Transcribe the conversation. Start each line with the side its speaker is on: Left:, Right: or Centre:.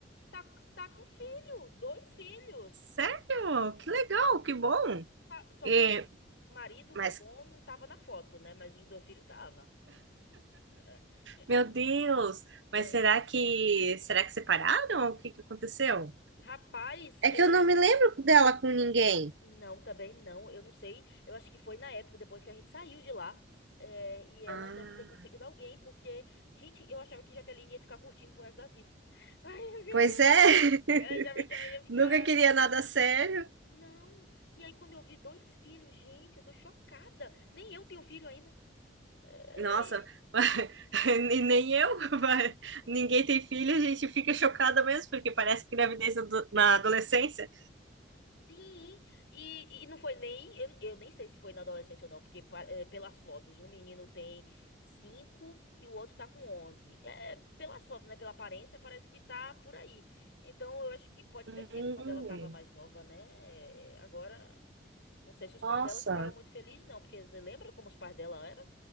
Left: tá, tá com filho, dois filhos.
Right: Sério? Que legal, que bom.
Left: Tá- só
Right: E,
Left: que marido,
Right: mas,
Left: que é bom, não tava na foto, né? Mas os dois filhos tava. É,
Right: meu Deus,
Left: é,
Right: mas será que será que separaram? O que que aconteceu?
Left: rapaz,
Right: É
Left: é.
Right: que eu não me lembro dela com ninguém.
Left: Não, também não. Eu não sei. Eu acho que foi na época, depois que a gente saiu de lá. eh, e ela
Right: Ah,
Left: deve ter conseguido alguém, porque, gente, eu achava que Jaqueline ia ficar curtindo pro resto da vida. <laughs>
Right: Pois é.
Left: Eu
Right: <laughs>
Left: achava que ela ia ficar.
Right: Nunca queria nada sério.
Left: Não. E aí, quando eu vi dois filhos, gente, eu tô chocada. Nem eu tenho filho ainda. É,
Right: Nossa,
Left: é,
Right: <laughs> e nem eu, <laughs>
Left: é,
Right: ninguém tem filho, a gente fica chocada mesmo, porque parece que gravidez ado- na adolescência.
Left: Sim, e, e não foi nem. Eu, eu nem sei se foi na adolescência ou não, porque pa- é, pelas fotos, um menino tem 5 e o outro tá com onze É, é, pelas fotos, né? Pela aparência, parece que tá por aí. Então eu acho que pode
Right: Hum,
Left: ter sido quando ela tava mais nova, né? É, Agora, não sei se os
Right: nossa,
Left: pais dela ficaram muito felizes, não, porque você lembra como os pais dela eram?